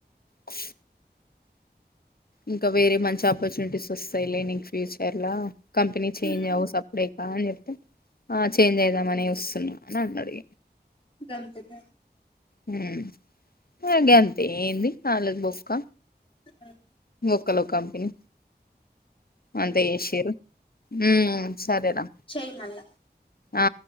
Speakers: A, on the left (about 60°); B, on the left (about 30°).
A: ప్చ్ ఇంకా వేరే మంచి ఆపర్చునిటీస్ వస్సాయిలే నీకు ఫ్యూచర్ లో కంపెనీ చేంజ్
B: హ్మ్
A: అవు సప్పుడేకా అని చెప్పు ఆ చే చేంజ్ అయిదామనే చుస్సున్నా అన్నది
B: గంతేగా
A: హ్మ్ ఆ గంతే ఏంది ఆళ్ళకు బొక్క
B: హ్మ్
A: బొక్కలో కంపెనీ అంత చేషిరు ఉమ్ సరేరా
B: చేయ్ మళ్ళా
A: ఆ